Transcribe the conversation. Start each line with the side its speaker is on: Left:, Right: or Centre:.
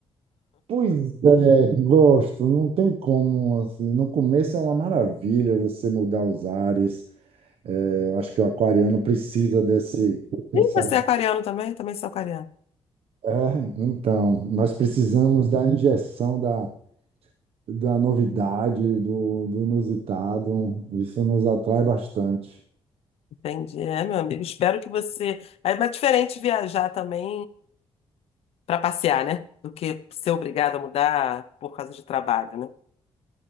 Right: Pois é, gosto, não tem como, assim, no começo é uma maravilha você mudar os ares, é, eu acho que o aquariano precisa desse, dessa,
Left: Ih, você é aquariano também? Eu também sou aquariano.
Right: é, então, nós precisamos da injeção da, da novidade, do, do inusitado, isso nos atrai bastante.
Left: Entendi, é, meu amigo. Espero que você. É mais diferente viajar também para passear, né? Do que ser obrigado a mudar por causa de trabalho, né?